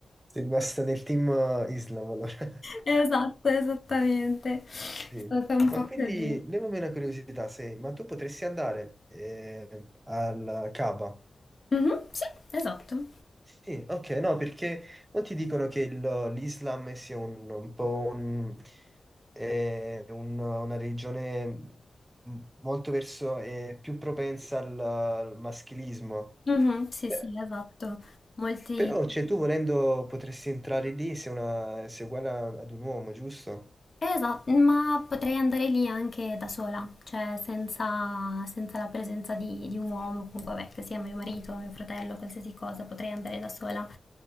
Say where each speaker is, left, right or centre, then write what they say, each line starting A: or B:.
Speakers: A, on the right (about 20°); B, on the left (about 50°).
A: Sei rimasta nel team eh, Islam allora. <laughs>
B: Esatto, esattamente.
A: Sì.
B: È stata un
A: Ma
B: po'
A: quindi
B: così.
A: levami una curiosità, se, ma tu potresti andare eh, al Kaaba?
B: Mhm, sì, esatto.
A: Sì, ok, no, perché molti dicono che il- l'Islam sia un, un po' un- eh, un- una religione m- molto verso, eh, più propensa al, al maschilismo.
B: Mhm, sì,
A: Eh,
B: sì, esatto. Molti,
A: Però, cioè, tu volendo potresti entrare lì se, una, se è uguale a- ad un uomo, giusto?
B: Esatto, ma potrei andare lì anche da sola, cioè senza, senza la presenza di, di un uomo, comunque vabbè, che sia mio marito, mio fratello, qualsiasi cosa, potrei andare da sola.